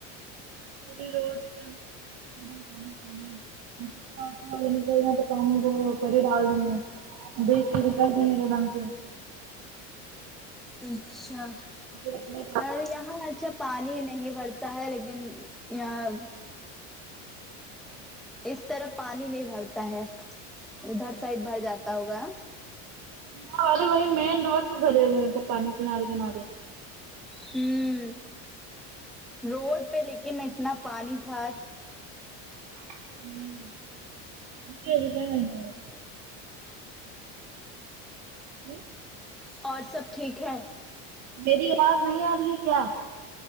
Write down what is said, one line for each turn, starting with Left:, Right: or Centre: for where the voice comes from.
Right: پورے روڈ پہ پانی پانی دوسرا تو کام کر ہی ڈال دوں <unintelligible> میں دیک کر <unintelligible> سے
Centre: اچھا
Right: پھر اتنے
Centre: اور یہاں اچھا پانی نہیں بھر تا ہے لیکن یہاں اس طرف پانی نہیں بھرتا ہے ادھر سائڈ بھر جاتا ہوگا
Right: ہاں باجی وہی مین روڈ پہ بھرے ہوئے ہے پانی کنارے کنارے
Centre: ہوں روڈ پہ لیکن اتنا پانی تھا
Right: ہوں جی
Centre: اور سب ٹھیک ہے
Right: میری آواز نہیں آ رہی ہے کیا